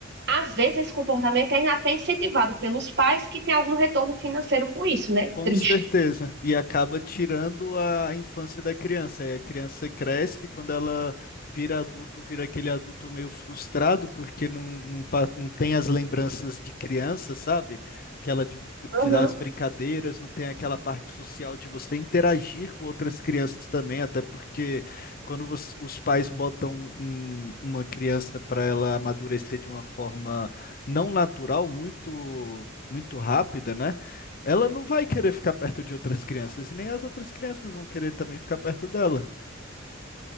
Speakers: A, on the right; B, on the left.
A: às vezes esse comportamento é até incentivado pelos pais que têm algum retorno financeiro com isso, né?
B: Com
A: Triste.
B: certeza. E acaba tirando a infância da criança. Aí A criança cresce, quando ela vira adulto, vira aquele adulto meio frustrado, porque não, não, pa- não tem as lembranças de criança, sabe? Aquela de,
A: Uhum.
B: de dar as brincadeiras, não tem aquela parte social de você interagir com outras crianças também, até porque quando você- os pais botam um- uma criança para ela amadurecer de uma forma não natural, muito, muito rápida, né? ela não vai querer ficar perto de outras crianças, e nem as outras crianças vão querer também ficar perto dela.